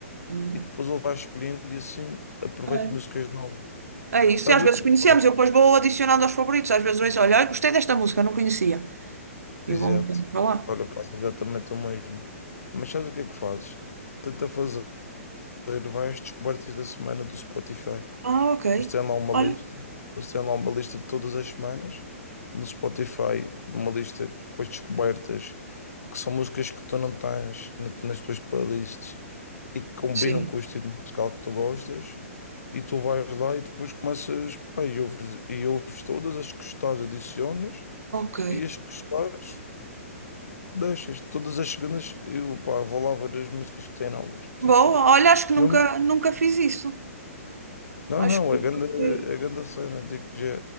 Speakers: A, on the right; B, on the left.
A: Hum,
B: e depois ele vai escolhendo e assim aproveito
A: é.
B: músicas novas.
A: É isso,
B: Sabes
A: e às vezes
B: o que é que
A: conhecemos,
B: fazes?
A: eu depois vou adicionando aos favoritos, às vezes vejo, olha, olha, gostei desta música, não conhecia. E
B: Exato.
A: vamos para lá.
B: Olha, eu faço exatamente o mesmo. Mas sabes o que é que fazes? Tenta fazer, vai às descobertas da semana do Spotify.
A: Ah, ok.
B: Eles têm lá uma
A: Olha,
B: lista, eles têm lá uma lista de todas as semanas no Spotify, uma lista com as descobertas, que são músicas que tu não tens na- nas tuas playlists e que combinam
A: sim,
B: com o estilo musical que tu gostas, e tu vais lá e depois começas, pá, e ouves, e ouves todas as que gostares, adicionas,
A: ok.
B: e as que gostares, deixas. Todas as segundas eu, pá, vou lá ver as músicas que têm novas.
A: Boa,
B: Tu, tu,
A: olha, acho
B: filme.
A: que nunca, nunca fiz isso.
B: Não,
A: Acho
B: não,
A: que
B: a
A: nunca
B: grande,
A: fui.
B: a grande cena, digo-te já,